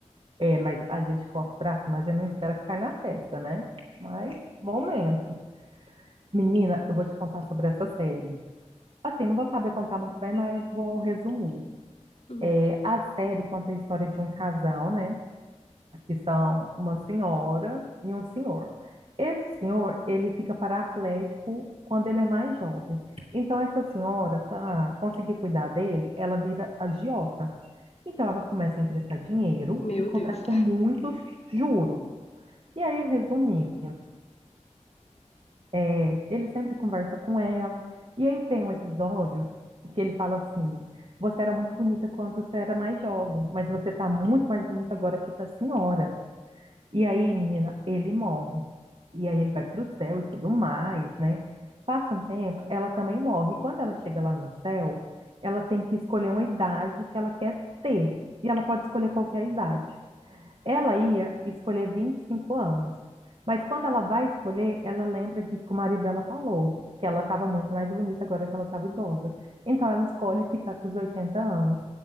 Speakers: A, on the right; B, on the left.
A: É, mas a gente força pra cima, a gente não espera que caia na testa, né? Mas, momentos. Menina, eu vou te contar sobre essa série. Assim, não vou saber contar muito bem, mas vou resumir.
B: Hum,
A: É, a série conta a história de um casal, né? Que são uma senhora e um senhor. Esse senhor, ele fica paraplégico quando ele é mais jovem. Então, essa senhora, para conseguir cuidar dele, ela vira agiota. Então, ela começa a emprestar dinheiro
B: meu
A: e cobrar
B: Deus.
A: com muitos juros. E aí, resumindo, é, ele sempre conversa com ela. E aí tem um episódio que ele fala assim: Você era muito bonita quando você era mais jovem, mas você tá muito mais bonita agora que tá senhora. E aí, menina, ele morre. E aí ele vai pro céu e tudo mais, né? Passa um tempo, ela também morre. E quando ela chega lá no céu, ela tem que escolher uma idade que ela quer ter. E ela pode escolher qualquer idade. Ela ia escolher 25 anos, mas quando ela vai escolher, ela lembra disso que o marido dela falou, que ela estava muito mais bonita agora que ela estava idosa. Então ela escolhe ficar com os 80 anos.